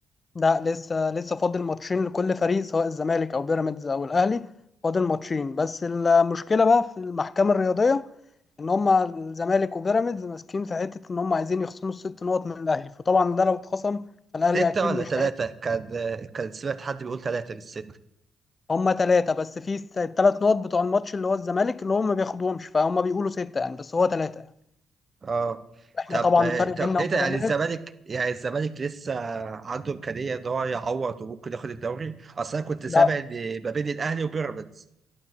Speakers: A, on the left (about 35°); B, on the right (about 35°).
A: ده لسه لسه فاضل ماتشين لكل فريق سواء الزمالك او بيراميدز او الاهلي فاضل ماتشين بس المشكله بقى في المحكمه الرياضيه ان هم الزمالك وبيراميدز ماسكين في حته ان هم عايزين يخصموا الست نقط من الاهلي فطبعا ده لو اتخصم فالاهلي
B: ستة
A: اكيد
B: ولا
A: مش
B: ثلاثة كان كان سمعت حد بيقول ثلاثة مش ستة
A: هم ثلاثة بس في الثلاث نقط بتوع الماتش اللي هو الزمالك اللي هم ما بياخدوهمش فهم بيقولوا ستة يعني بس هو ثلاثة يعني
B: اه
A: احنا
B: طب
A: طبعا الفرق
B: طب
A: بيننا
B: ايه
A: وبيراميدز
B: ده يعني الزمالك يعني الزمالك لسه عنده امكانيه ان هو يعوض وممكن ياخد الدوري اصل انا كنت سامع
A: لا
B: ان ما بين الاهلي وبيراميدز